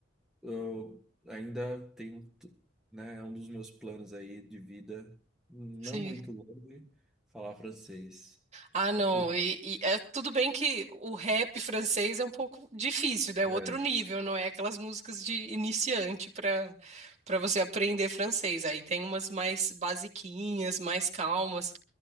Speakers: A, in the centre; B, on the right (about 35°).
A: Eu ainda tenho, t- né, é um dos meus planos aí de vida, não
B: sim.
A: muito longe, falar francês.
B: Ah, não.
A: Acho-
B: E, e é tudo bem que o rap francês é um pouco difícil, né? É
A: É.
B: Outro nível, não é aquelas músicas de iniciante para para você aprender francês. Aí tem umas mais basiquinhas, mais calmas,